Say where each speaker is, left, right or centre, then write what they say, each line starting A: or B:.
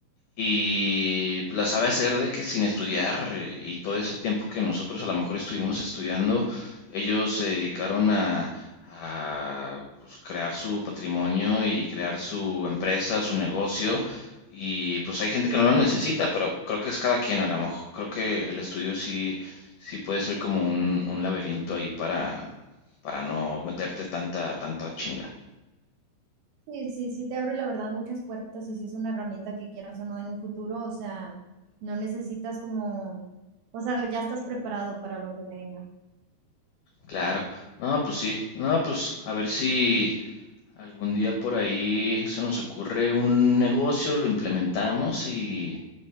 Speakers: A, on the left; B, on the right.
A: y pues, la sabe hacer de que sin estudiar eh, y todo ese tiempo que nosotros a lo mejor estuvimos estudiando, ellos se dedicaron a, a, pues, crear su patrimonio y crear su empresa, su negocio. Y pues hay gente que no lo necesita, pero creo que es cada quien a lo mejor. Creo que el estudio sí, sí puede ser como un, un laberinto ahí para, para no meterte tanta, tanta chinga.
B: Sí, sí, sí, te abre la verdad muchas puertas y si es una herramienta que quieras o no en un futuro, o sea, no necesitas como, o sea, ya estás preparado para lo que venga.
A: Claro. No, pues sí. No, pues a ver si, Algún día por ahí se nos ocurre un negocio, lo implementamos y